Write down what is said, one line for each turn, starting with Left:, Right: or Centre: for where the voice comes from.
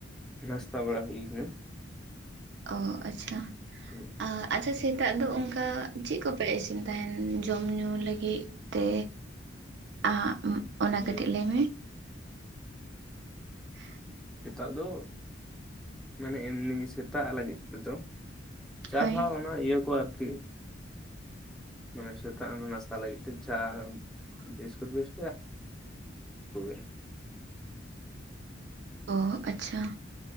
Centre: ᱱᱟᱥᱛᱟ ᱵᱟᱲᱟ ᱦᱩᱭ ᱠᱟᱱᱟ᱾
Right: ᱚ ᱟᱪᱪᱷᱟ᱾
Centre: ᱦᱩᱸ᱾
Right: ᱟ ᱟᱪᱪᱷᱟ, ᱥᱮᱛᱟᱜ ᱫᱚ ᱚᱱᱠᱟ ᱪᱮᱫ ᱠᱚᱯ ᱯᱮ ᱤᱥᱤᱱ ᱛᱟᱦᱮᱱ ᱡᱚᱢ ᱧᱩ ᱞᱟᱹᱜᱤᱫ ᱛᱮ ᱟᱸᱜ ᱩ ᱚᱱᱟ
Centre: ᱦᱩᱸ
Right: ᱠᱟᱹᱴᱤᱡ ᱞᱟᱹᱭ ᱢᱮ? <unintelligible>
Centre: ᱥᱮᱛᱟᱜ ᱫᱚ, ᱢᱟᱱᱮ ᱮᱢᱱᱤ ᱥᱮᱛᱟᱜ ᱞᱟᱹᱜᱤᱫ ᱛᱮᱫᱚ ᱪᱟ
Right: ᱦᱳᱭ
Centre: ᱯᱷᱟ ᱚᱱᱟ ᱤᱭᱟᱹ ᱠᱚ ᱟᱨᱠᱤ ᱢᱟᱱᱮ ᱥᱮᱛᱟᱜ ᱚᱱᱟ ᱱᱟᱥᱛᱟ ᱞᱟᱹᱜᱤᱫ ᱛᱮ ᱪᱟ, ᱵᱤᱥ ᱠᱩᱴ ᱵᱤᱥ <unintelligible>
Right: ᱚ ᱟᱪᱪᱷᱟ᱾